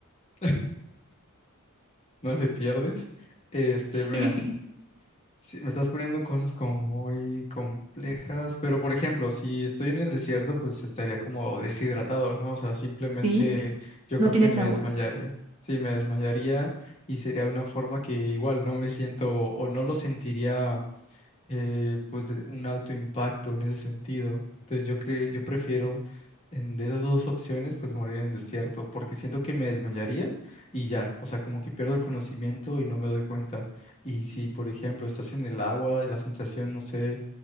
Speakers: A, on the left (about 30°); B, on the right (about 25°).
A: <laughs> No le pierdes. Este, mira.
B: <laughs>
A: Sí, me estás poniendo cosas como muy complejas, pero por ejemplo, si estoy en el desierto, pues estaría como deshidratado, ¿no? O sea, simplemente
B: Sí,
A: yo
B: no
A: creo
B: tienes
A: que me
B: agua.
A: desmayaría. Sí, me desmayaría y sería una forma que igual no me siento o no lo sentiría eh, pues de un alto impacto en ese sentido. Entonces yo que yo prefiero en, de esas dos opciones pues morir en el desierto porque siento que me desmayaría y ya, o sea, como que pierdo el conocimiento y no me doy cuenta. Y si por ejemplo estás en el agua, la sensación, no sé,